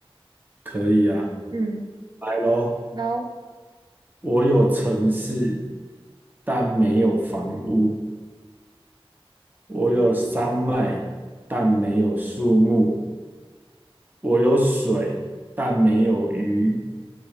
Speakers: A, on the right; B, on the right.
A: 可以啊，
B: 嗯，
A: 来喽。
B: 然后
A: 我有城市，但没有房屋；我有山脉，但没有树木；我有水，但没有鱼；